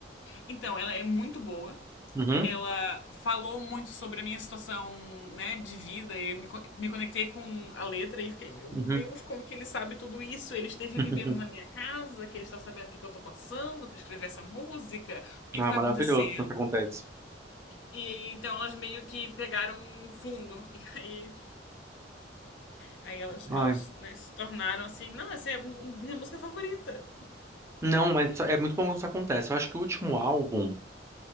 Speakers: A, on the left; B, on the right.
A: Então, ela é muito boa.
B: Uhum.
A: Ela falou muito sobre a minha situação, né, de vida. Eu me, co- me conectei com a letra e fiquei, meu
B: Uhum.
A: Deus, como que ele sabe tudo isso? Ele esteve
B: <laughs>
A: vivendo na minha casa, que ele está sabendo o que que eu tô passando para escrever essa música. O que
B: Ah,
A: que
B: é
A: tá
B: maravilhoso
A: acontecendo?
B: quando isso acontece.
A: E então elas meio que pegaram um fundo. E aí, aí elas,
B: Ai.
A: elas, né, se tornaram assim, não, essa é a mu- minha música favorita.
B: Não, mas isso- é muito bom quando isso acontece. Eu acho que o último álbum